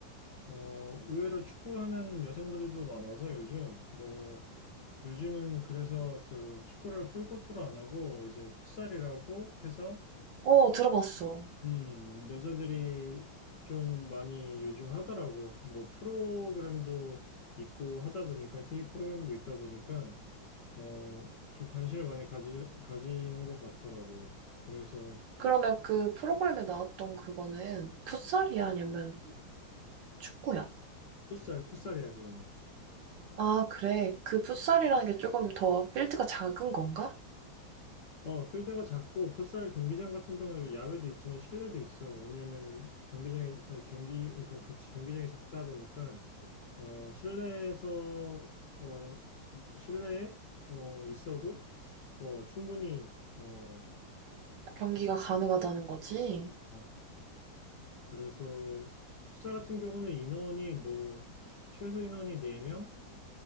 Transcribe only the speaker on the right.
어, 들어봤어.
그러면 그 프로그램에 나왔던 그거는 풋살이야? 아니면 축구야?
아, 그래. 그 풋살이라는 게 조금 더 필드가 작은 건가?
경기가 가능하다는 거지?